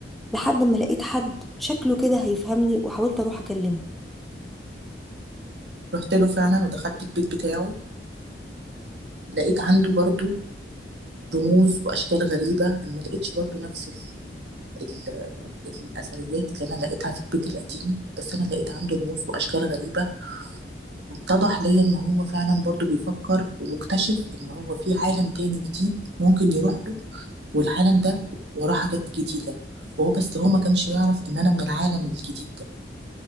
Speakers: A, in the centre; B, on the right.
A: لحد ما لقيت حد شكله كده هيفهمني وحاولت اروح اكلمه
B: رحت له فعلا ودخلت البيت بتاعه لقيت عنده برضو رموز وأشكال غريبة أنا ما لقيتش برضو نفس ال... ال... الأثريات اللي أنا لقيتها في البيت القديم بس أنا لقيت عنده رموز وأشكال غريبة واتضح ليا إن هو فعلا برضو بيفكر ومكتشف إن هو في عالم تاني جديد ممكن يروح له والعالم ده وراه حاجات جديدة وهو بس هو ما كانش يعرف إن أنا من العالم الجديد ده